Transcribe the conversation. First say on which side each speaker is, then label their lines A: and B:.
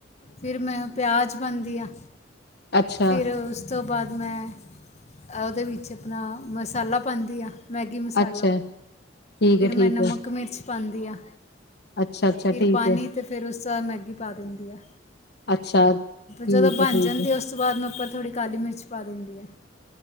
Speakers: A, on the left; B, on the left.
A: ਫਿਰ ਮੈਂ ਪਿਆਜ਼ ਪਾਂਦੀ ਆ।
B: ਅੱਛਾ
A: ਫਿਰ ਉਸ ਤੋਂ ਬਾਅਦ ਮੈਂ ਉਹਦੇ ਵਿੱਚ ਆਪਣਾ ਮਸਾਲਾ ਪਾਂਦੀ ਆ। ਮੈਗੀ ਮਸਾਲਾ,
B: ਅੱਛਾ ਠੀਕ
A: ਫਿਰ
B: ਹੈ
A: ਮੈਂ
B: ਠੀਕ
A: ਨਮਕ,
B: ਹੈ
A: ਮਿਰਚ ਪਾਂਦੀ ਆ।
B: ਅੱਛਾ ਅੱਛਾ
A: ਫਿਰ
B: ਠੀਕ
A: ਪਾਣੀ
B: ਹੈ
A: ਤੇ ਫਿਰ ਉਸ ਤੋਂ ਬਾਅਦ ਮੈਗੀ ਪਾ ਦਿੰਦੀ ਆ।
B: ਅੱਛਾ ਠੀਕ
A: ਜਦੋਂ ਬਣ
B: ਹੈ ਠੀਕ
A: ਜਾਂਦੀ
B: ਹੈ
A: ਉਸ ਤੋਂ ਬਾਅਦ ਮੈ ਉੱਪਰ ਥੋੜੀ ਕਾਲੀ ਮਿਰਚ ਪਾ ਦਿੰਦੀ ਆ।